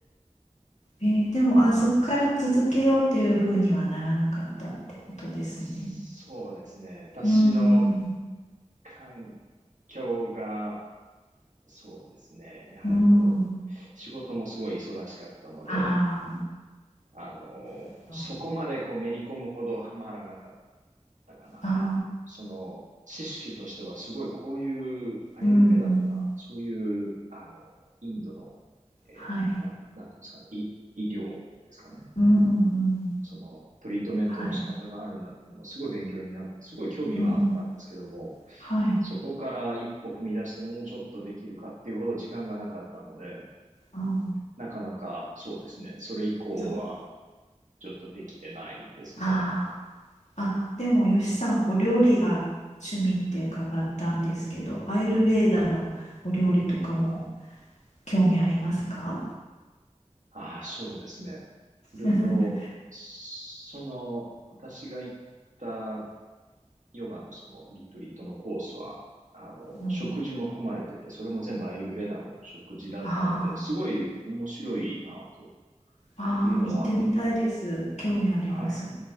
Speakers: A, on the left; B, on the right.
A: えーでも、あ、そこから続けようっていうふうにはならなかったってことですね。
B: そうですね。私の
A: うーん、
B: 環境が、そうですね。やはりこう、
A: うーん、
B: 仕事もすごい忙しかったので、
A: あ
B: あの、
A: ー
B: そこまでこうめり込むほどハマらなかったかな。
A: あ
B: その、知識としてはすごいこういうアーユルヴェダとか、
A: ー、うん、うん、
B: そういう、あの、インドの、えー、
A: はい。
B: なん、なんていうんですかね、医、医療ですかね。
A: うんうん
B: そのトリートメントの仕方があるんだっていうのはすごい勉強になって、
A: はい。
B: すごい興味はあったんですけども、
A: うん。はい。
B: そこから一歩踏み出してもうちょっとできるかっていうほど時間がなかったので、
A: うん。
B: なかなかそうですね、それ以降は
A: そうか。
B: ちょっとできてないですね。
A: あーあ、でも、よしさん、お料理が趣味って伺ったんですけど、アーユルベーダのお料理とかも興味ありますか
B: ああ、そうですね。いろいろ、
A: <laughs>
B: その、私が行ったヨガのそのリトリートのコースは、あの、
A: うん。
B: 食事も含まれてて、それも全部アーユルベーダの食事だったので、
A: あ
B: すごい面白いなぁと
A: ーあー、あ行ってみたいです。
B: いうのは、
A: 興味あります。
B: はい、